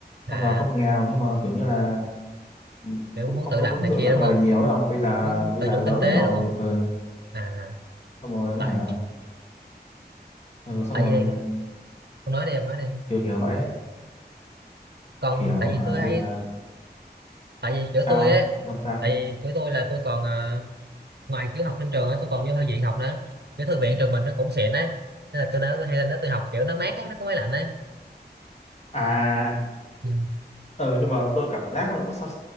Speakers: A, on the right (about 70°); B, on the left (about 40°).
A: à
B: không giàu không nghèo nhưng mà kiểu như là ừ,
A: kiểu
B: cũng
A: muốn
B: không
A: tự
B: có
A: lập
B: muốn
A: này
B: dựa
A: kia
B: dẫm
A: đúng
B: vào
A: không
B: gia đình nhiều ấy không bây giờ
A: muốn
B: bây
A: tự
B: giờ
A: chủ
B: lớn
A: kinh tế
B: rồi
A: đúng không
B: ừ
A: à
B: xong rồi
A: tại
B: hả ừ xong
A: tại
B: rồi
A: vì không nói đi em nói đi
B: kiểu kiểu vậy ấy.
A: còn
B: kiểu
A: tại vì
B: hả
A: tôi
B: bây
A: hay
B: giờ
A: tại vì kiểu
B: sao
A: tôi
B: không
A: ấy
B: Thế không sao
A: tại vì kiểu tôi là tôi còn à, ngoài kiểu học trên trường á tôi còn vô thư viện học nữa cái thư viện trường mình nó cũng xịn đấy nên là tôi nói tôi hay lên đó tôi học kiểu nó mát á nó có máy lạnh đấy
B: à
A: ừ.
B: ừ nhưng mà tôi cảm giác nó, nó, sao-